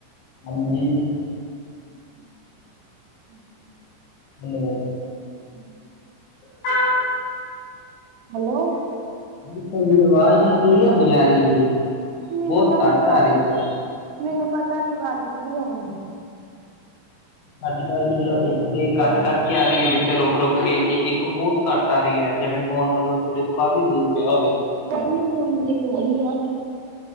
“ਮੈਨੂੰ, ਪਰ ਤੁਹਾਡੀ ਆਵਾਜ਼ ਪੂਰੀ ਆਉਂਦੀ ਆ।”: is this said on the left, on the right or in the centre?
Right